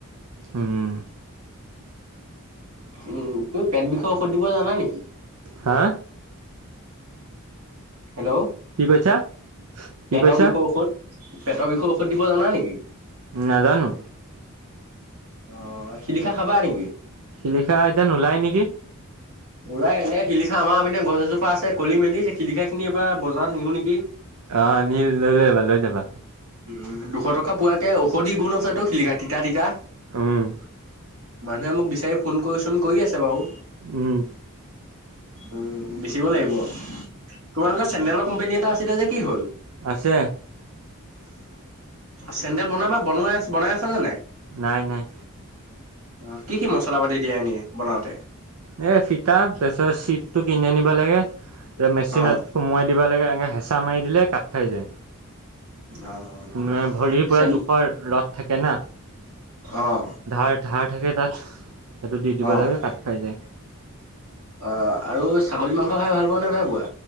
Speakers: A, on the right; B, on the right.
A: উম
B: উম তুমি পেট বিষয়ে ঔষধ দিব জানা নেকি?
A: হা
B: হেল্ল'
A: কি কৈছা? কি
B: পেটৰ
A: কৈছা
B: বিষয়ৰ ঔষধ পেটৰ বিষয়ে ঔষধ দিব জানা নেকি?
A: নাজানো
B: অ শিলিখা খাবা নেকি?
A: শিলিখা এতিন নোলায় নেকি।
B: উৰাই এনে শিলিখা আমাৰপিনে গছ এজোপা আছে কলি মেলি শিলিখা খিনি এইবাৰ বজাৰত নিও নেকি?
A: আহ নীল লৈ লৈ যাবা লৈ যাবা।
B: উম দুশ টকা পোৱাকে ঔষধি গুণ আছে তো শিলিঘাট তিতা তিতা
A: আহম।
B: মানুহে মোক বিচাৰি ফোন কৰিচোন কৰি আছে বাৰু
A: উম
B: উম বেচিব লাগিব তোমালোকৰ চেডেলৰ কোম্পানী এটা আছিলে যে কি হ'ল?
A: আছে।
B: চেন্দেল বনোৱা বা বনাই আ বনাই আছ নে নাই?
A: নাই নাই।
B: অ কি কি মছলা পাতি দিয়া এনেই বনাওতে
A: এ ফিতা তাৰপিছত চিটটো কিনি আনিব লাগে ত মেচিনত
B: অ'
A: সোমোৱাই দিবা লাগে। এনেকৈ হেঁচা মাৰি দিলে কাট খাই যায়।
B: অ'
A: মানে ভৰিৰ পৰা
B: চেন
A: জোখৰ ৰদ থাকে না।
B: অ'
A: ধাৰ ধাৰ থাকে তাত। সেইটো দি দিব
B: অ',
A: লাগে কাট খাই যায়
B: আহ আৰু ছাগলী মাংস খাই ভাল পোৱা নে বেয়া পোৱা?